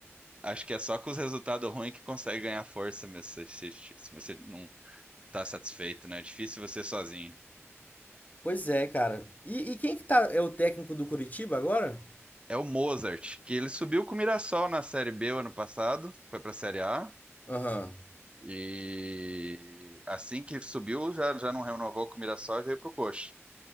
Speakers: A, on the right (about 25°); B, on the left (about 35°).
A: acho que é só com os resultados ruins que consegue ganhar força mesmo, se, se, se você não tá satisfeito, né? É difícil você sozinho.
B: pois é, cara. E, e quem que tá. É o técnico do Curitiba agora?
A: É o Mozart, que ele subiu com o Mirassol na Série B o ano passado, foi pra Série A.
B: Aham.
A: E assim que subiu, já, já não renovou com o Mirassol e veio pro Coxa.